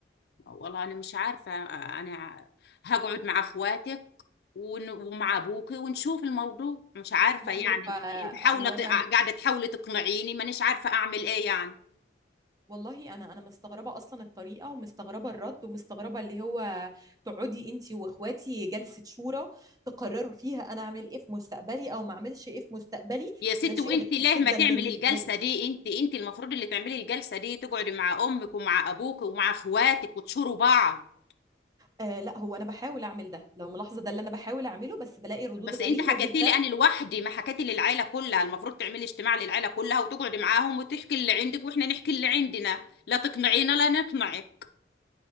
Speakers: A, on the left; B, on the right.
A: آه، والله انا مش عارفه آه، انا ع- هقعد مع اخواتك ون- ومع ابوكي ونشوف الموضوع مش عارفه
B: لا
A: يعني
B: هو
A: انت انت حاوله
B: هو
A: ت-
B: انا
A: قاعده تحاولي تقنعيني مانيش عارفه اعمل ايه يعني
B: والله انا انا مستغربه اصلا الطريقه ومستغربه الرد ومستغربه اللي هو تقعدي انت واخواتي جلسه شورى تقرروا فيها انا اعمل ايه في مستقبلي او ما اعملش ايه في مستقبلي
A: يا ست
B: ده شيء
A: وانت
B: غريب
A: ليه
B: جدا
A: ما تعمل
B: بالنسبه
A: الجلسه
B: لي
A: دي انت انت المفروض اللي تعملي الجلسه دي تقعدي مع امك ومع ابوك ومع اخواتك وتشوروا بعض
B: آه لا هو انا بحاول اعمل ده لو ملاحظه ده اللي انا بحاول اعمله بس بلاقي ردود
A: بس
B: غريبه
A: انت حكيتي
B: جدا
A: لي انا لوحدي ما حكيتي للعيله كلها المفروض تعملي اجتماع للعيله كلها وتقعدي معاهم وتحكي اللي عندك واحنا نحكي اللي عندنا لا تقنعينا لا نقنعك